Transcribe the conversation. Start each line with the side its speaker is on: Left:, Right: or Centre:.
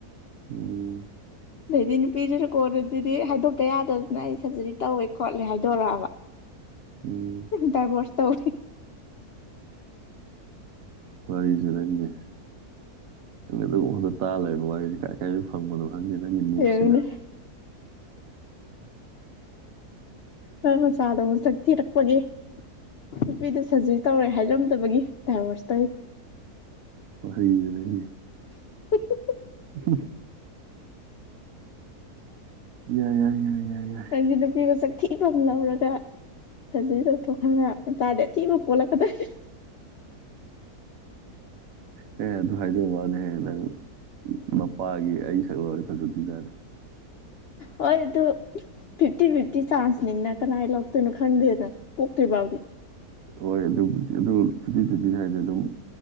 Right: ꯎꯝ
Left: ꯑꯗꯩꯗꯤ ꯅꯨꯄꯤꯖꯤꯅ ꯀꯣꯟꯅꯗꯗꯤ ꯍꯥꯏꯗꯣꯛ ꯇꯌꯥꯗꯗꯅ ꯑꯩ ꯁꯔꯖꯔꯤ ꯇꯧꯋꯦ ꯈꯣꯠꯂꯦ ꯍꯥꯏꯗꯣꯔꯛꯑꯕ
Right: ꯎꯝ
Left: ꯗꯥꯏꯕ꯭ꯔꯣꯁ ꯇꯧꯋꯦ
Right: ꯋꯥꯔꯤꯖꯦ ꯅꯪꯒꯤ ꯑꯗꯨꯒꯨꯝꯕꯗ ꯇꯥꯔ ꯂꯩꯔꯕ ꯋꯥꯔꯤꯖꯦ ꯀꯥꯏ ꯀꯥꯏꯗꯩ ꯐꯪꯕꯅꯣ ꯈꯪꯗꯦ ꯅꯪꯒꯤ ꯅ꯭ꯌꯨꯁꯁꯤꯅ
Left: ꯌꯦꯡꯉꯨꯅꯦ ꯃꯥꯏ ꯃꯆꯥꯗꯣ ꯃꯁꯛ ꯊꯤꯔꯛꯄꯒꯤ ꯅꯨꯄꯤꯗꯣ ꯁꯔꯖꯔꯤ ꯇꯧꯔꯦ ꯍꯥꯏꯔꯝꯗꯕꯒꯤ ꯗꯥꯏꯚꯣꯔꯁ ꯇꯧꯋꯤꯟ
Right: ꯋꯥꯔꯤꯖꯦ ꯅꯪꯒꯤ
Left: <unintelligible>
Right: ꯎꯝ ꯌꯥꯏ ꯌꯥꯏ ꯌꯥꯏ ꯌꯥꯏ
Left: ꯅꯪꯗꯤ ꯅꯨꯄꯤ ꯃꯁꯛ ꯊꯤꯕ ꯑꯃ ꯂꯧꯔꯒ ꯁꯖꯔꯤ ꯇꯧꯊꯣꯛꯈ꯭ꯔꯒ ꯃꯆꯥꯗꯤ ꯑꯊꯤꯕ ꯄꯣꯛꯂꯛꯀꯗꯣꯏꯟ
Right: ꯍꯦ ꯑꯗꯨ ꯍꯥꯏꯖꯕꯋꯥꯅꯦ ꯍꯦ ꯅꯪ ꯃꯄꯥꯒꯤ ꯑꯩ ꯁꯛ ꯂꯧꯔꯗꯤ ꯐꯖꯗꯣꯏꯖꯠꯅꯦ
Left: ꯍꯣꯏ ꯑꯗꯨ ꯐꯤꯐꯇꯤ ꯐꯤꯐꯇꯤ ꯆꯥꯟꯁꯅꯤ ꯅꯠ ꯀꯅꯥꯏ ꯂꯧꯔꯛꯇꯣꯏꯅꯣ ꯈꯪꯗꯦꯅ ꯄꯣꯛꯇ꯭ꯔꯤ ꯕꯥꯎ
Right: ꯍꯣꯏ ꯑꯗꯨꯕꯨꯗꯤ ꯑꯗꯨ <unintelligible> ꯍꯥꯏꯖꯦ ꯑꯗꯨꯝ